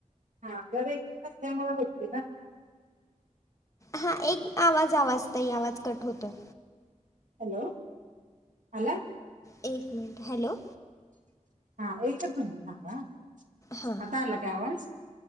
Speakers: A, on the right; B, on the left.
A: हा त्यामुळे होते ना
B: हा एक आवाज आवाज ताई आवाज कट होतो..
A: हॅलो! आला?
B: एक मिनट.. हॅलो!
A: हा एकच मिनट थांबा..
B: हां
A: आता आला काय आवाज?